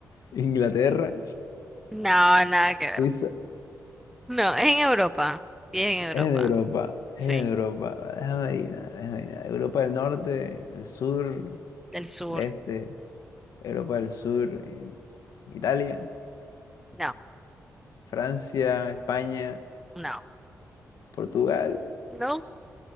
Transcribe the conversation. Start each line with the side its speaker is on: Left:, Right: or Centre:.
Left: Inglaterra,
Centre: No, nada que
Left: Suiza.
Centre: ver. No, es en Europa. Sí, es en Europa.
Left: Es de Europa,
Centre: Sí,
Left: es de Europa. Déjame adivinar, déjame adivinar. Europa del Norte, el sur,
Centre: del sur.
Left: el este, Europa del Sur, eh, Italia,
Centre: No,
Left: Francia, España,
Centre: no,
Left: Portugal.
Centre: no.